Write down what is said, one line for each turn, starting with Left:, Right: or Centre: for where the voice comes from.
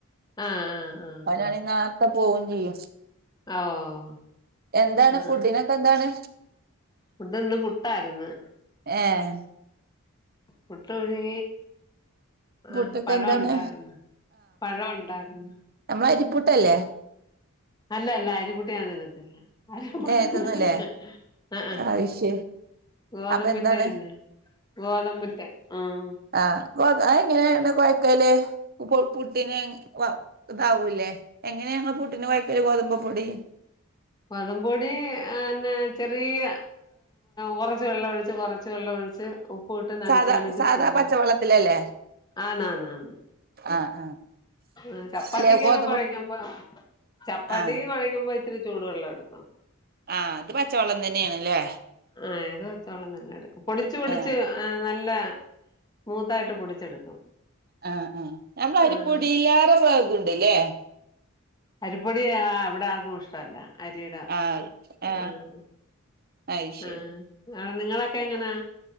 Left: ആഹ് ആഹ് ആഹ്
Right: അവനാണേ നേരത്തെ പോകും ചെയ്യും
Left: ആഹ് ഓഹ്
Right: എന്താണ്
Left: ആഹ്
Right: ഫുഡിനൊക്കെ എന്താണ്
Left: ഫുഡ് ഇന്ന് പുട്ടായിര്ന്ന്
Right: ഏഹ്
Left: പുട്ടോഴി
Right: പുട്ടൊക്കെ
Left: ആഹ് പഴം
Right: എന്താണ്
Left: ഉണ്ടാരുന്നു പഴം ഉണ്ടാരുന്നു
Right: നമ്മളെരിപ്പുട്ടല്ലേ
Left: അല്ലല്ല അരിപുട്ട് ഞാൻ തിന്നത്തില്ല ആഹ്
Right: ഏ തിന്നൂല്ലേ
Left: ആഹ്
Right: അത് ശരി
Left: ഗോതമ്പിന്റെ
Right: അപ്പൊ എന്താണ്
Left: തന്നെ ഗോതമ്പിൻന്റെ ഉം
Right: ആഹ് ആഹ് എങ്ങനെയാണ് കൊഴക്കല് പുട്ടിന് വാ ഇതാവൂല്ലേ എങ്ങനെയാണ് പൂട്ടിന് കൊയക്കല് ഗോതമ്പ പ്പൊടി
Left: ഗോതമ്പ്പൊടി അഹ് ന്നെ ചെറിയ കുറച്ച് വെള്ള ഒഴിച്ച് കുറച്ച് വെള്ളം ഒഴിച്ച് പുട്ട് നനച്ച്
Right: സാധാ
Left: നനച്ച്
Right: സാധാ
Left: പൊടി
Right: പച്ചവെള്ളത്തിലല്ലേ
Left: ആന്നാന്ന്
Right: ആ ആ
Left: ആ ചപ്പാത്തിക്കൊക്കെ
Right: അല്ലെ ഗോതമ്പ്
Left: കുഴക്കുമ്പോ ചപ്പാത്തിക്ക്
Right: ആ
Left: കുഴക്കുമ്പോ ഇത്തിരി ചൂടു വെള്ളം എടുക്കണം
Right: ആ അത് പച്ചവെള്ളം തന്നെയാണ്ല്ലേ
Left: ആഹ് ഏത് വെച്ചോളം നന്നെ എടുക്കും പൊടിച്ച് പൊടിച്ച്
Right: ആ
Left: ആഹ് നല്ല സ്മൂത്ത് ആയിട്ട് പൊടിച്ചെടുക്കും
Right: ആഹ് ആഹ് നമ്മള അരിപ്പൊടിലേറെ
Left: ആഹ്
Right: ഇതുണ്ട് ലെ
Left: അരിപ്പൊടി ഇവിടെ ആർക്കും ഇഷ്ടല്ല അരിട
Right: ആ ആ
Left: ഏഹ്
Right: അത് ശരി
Left: ആഹ് അഹ് നിങ്ങളൊക്കെ എങ്ങനാ